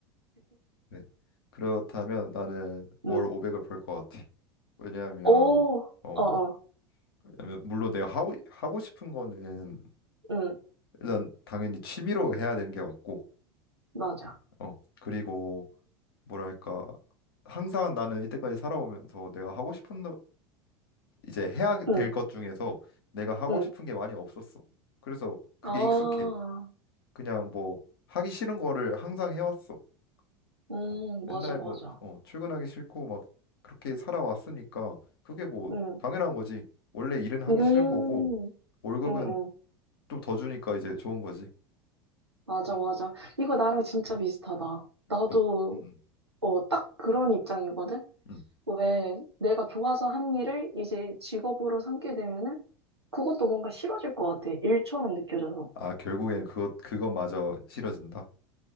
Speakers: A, on the left (about 60°); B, on the right (about 85°).
A: 네. 그렇다면 나는 월
B: 음.
A: 500을 벌 것 같아. 왜냐하면
B: 오,
A: 어,
B: 어어
A: 왜냐면 물론 내가 하고 하고 싶은 거는
B: 음
A: 일단 당연히 취미로 해야 되는 게 맞고,
B: 맞아
A: 어, 그리고 뭐랄까 항상 나는 이때까지 살아오면서 내가 하고 싶은 노- 이제 해야 될
B: 음
A: 것 중에서 내가 하고
B: 음
A: 싶은 게 많이 없었어. 그래서 그게
B: 아,
A: 익숙해. 그냥 뭐 하기 싫은 거를 항상 해왔어.
B: 음,
A: 어, 맨날
B: 맞아, 맞아.
A: 뭐 어, 출근하기 싫고 막 그렇게 살아왔으니까 그게 뭐
B: 음,
A: 당연한 거지. 원래 일은 하기
B: 음,
A: 싫은 거고
B: 음,
A: 월급은
B: 음,
A: 좀 더 주니까 이제 좋은 거지.
B: 맞아,
A: 음.
B: 맞아. 이거 나랑 진짜 비슷하다. 나도,
A: 어, 음,
B: 어, 딱 그런 입장이거든?
A: 음. 음.
B: 왜 내가 좋아서 한 일을 이제 직업으로 삼게 되면은 그것도 뭔가 싫어질 것 같아. 일처럼 느껴져서.
A: 아, 결국엔 그것 그것마저 싫어진다.